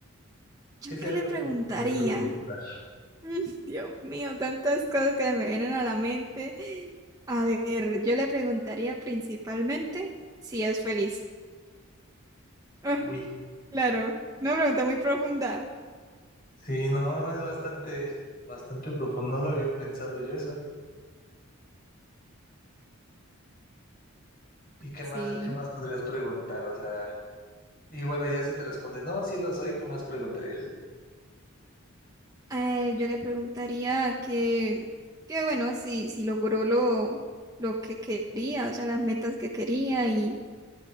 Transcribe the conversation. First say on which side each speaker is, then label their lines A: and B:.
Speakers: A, on the right; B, on the left.
A: ¿Yo
B: ¿Qué sería
A: qué le
B: lo
A: preguntaría?
B: que le podrías preguntar?
A: <laughs> Mm, Dios mío, tantas cosas que me vienen a la mente. A ver, yo le preguntaría principalmente si es feliz. Ah,
B: Uy,
A: claro, una pregunta muy profunda.
B: sí, no, es bastante, bastante profundo. No lo había pensado yo eso. ¿Y qué
A: Sí.
B: más, qué más podrías preguntar? O sea, y bueno, ya si te responde, no, sí lo soy, ¿qué más preguntarías?
A: Eh, yo le preguntaría que, que bueno, si, si logró lo, lo que quería, o sea, las metas que quería y